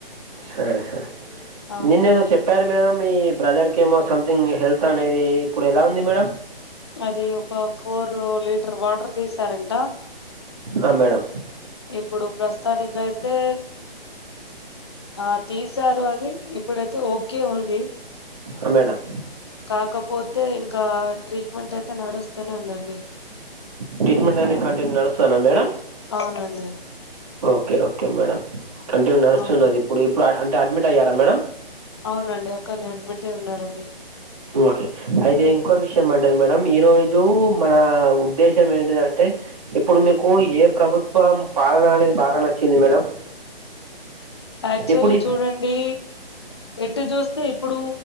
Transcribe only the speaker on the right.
సరే సరే
నిన్న ఏదో చెప్పారు మేడం ఈ బ్రదర్ కి ఏమో సంథింగ్ హెల్త్ అనేది ఇప్పుడు ఎలా ఉంది మేడం?
ఆ మేడం
ఆ మేడం
ట్రీట్మెంట్ అంటే కంటిన్యూ నడుస్తందా మేడమ్
ఓకె ఓకె మేడం కంటిన్యూ నడుస్తున్నది
ఇప్పుడు. ఇప్పుడు అంటే అడ్మిట్ అయ్యారా మేడం?
ఓకే అయితే ఇంకో విషయం అంటది మేడం ఈరోజు మన ఉద్దేశం ఏంటిదంటే, ఇప్పుడు మీకు ఏ ప్రభుత్వం పాలన అనేది బాగా నచ్చింది మేడం?
ఇప్పుడు ఈ